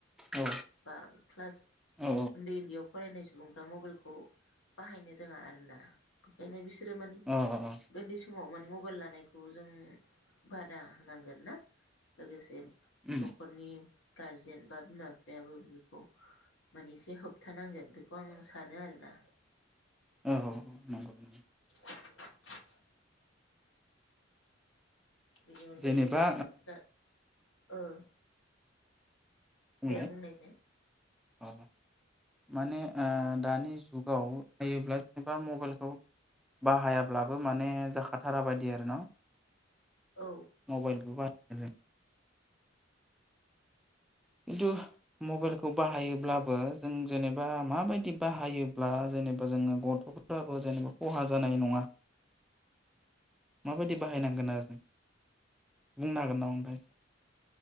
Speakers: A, in the centre; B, on the left.
A: औ
B: बा क्लास
A: औ
B: उन्दै उन्दैयाव फरायनाय सुबुंफ्रा मबाइलखौ बाहायनो रोङा आरोना बेखायनो बिसोरो मानि
A: औ औ औ
B: उन्दै समाव मानि मबाइल लानायखौ जों बादा होनांगोन ना लोगोसे
A: उम
B: न'खरनि गारजेन बा बिमा बिफायाबो बेखौ माने एसे होबथानांगोन बेखौ आं सानो आरोना।
A: औ औ नंगौ नंगौ
B: <inaudible> बिनि अनगायैबो
A: जेनेबा
B: ना गा ओ।
A: बुंलाय
B: दे बुंनायसाय।
A: अ माने आ दानि जुगाव बाहायोब्ला जेनेबा मबाइलखौ बाहायाब्लाबो माने जाखाथारा बायदि आरो ना।
B: औ
A: मबाइलबो बाह <unintelligible> खिन्थु मबाइलखौ बाहायोब्लाबो जों जेनेबा माबायदि बाहायोब्ला जेनेबा जोङो गथ'फ्राबो जेनेबा खहा जानाय नङा माबायदि बाहायनांगोन आरो बुंनो हागोन नामा नोंथां?